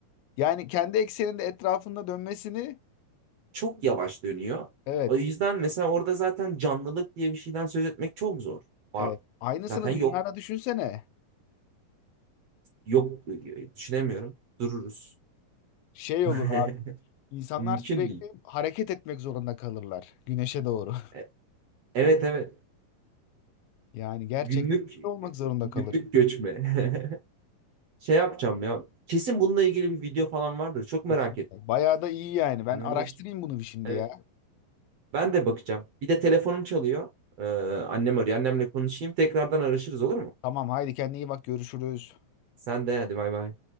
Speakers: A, on the left (about 85°); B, on the right (about 70°).
A: Yani kendi ekseninde etrafında dönmesini
B: çok yavaş dönüyor.
A: evet,
B: O yüzden mesela orada zaten canlılık diye bir şeyden söz etmek çok zor. Var.
A: evet. Aynısını
B: Zaten yok.
A: dünyada düşünsene.
B: Yok e, e, düşünemiyorum. Dururuz.
A: Şey
B: <laughs>
A: olur abi. İnsanlar
B: Mümkün
A: sürekli
B: değil.
A: hareket etmek zorunda kalırlar güneşe doğru. <laughs>
B: E- Evet evet.
A: Yani gerçekten
B: Günlük
A: olmak zorunda
B: günlük
A: kalır.
B: göçme. <laughs> Şey yapacağım ya. Kesin bununla ilgili bir video falan vardır. Çok merak
A: Kesinlikle.
B: ettim.
A: Bayağı da iyi yani. Ben
B: İnanılmaz.
A: araştırayım bunu bir şimdi
B: Evet.
A: ya.
B: Ben de bakacağım. Bir de telefonum çalıyor. Ee, annem arıyor. Annemle konuşayım. Tekrardan araşırız olur mu?
A: Tamam haydi kendine iyi bak görüşürüz.
B: Sen de hadi bay bay.